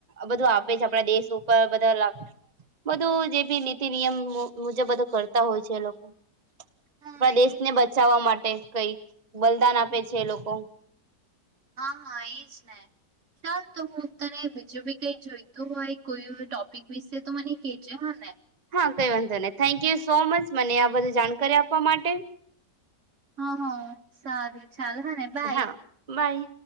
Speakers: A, on the right; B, on the right.
A: બધું આપે છે આપણા દેશ ઉપર બધા બધું જે બી નીતિ નિયમ મુજબ બધું કરતા હોય છે એ લોકો
B: હા
A: આપણા
B: એજ
A: દેશને બચાવવા માટે કઈ બલિદાન આપે
B: ને
A: છે લોકો
B: હા હા એજ ના ચાલ તો હું તને બીજું બી કઈ જોઈતું હોય કોઈ ટોપિક વિશે તો મને કેજે હા ને
A: હા કઈ વાંધો નહી થેન્કયુ સો મચ મને આ બધી જાણકારી આપવા માટે
B: હા હા સારુ ચાલ હ ને બાય
A: હા બાય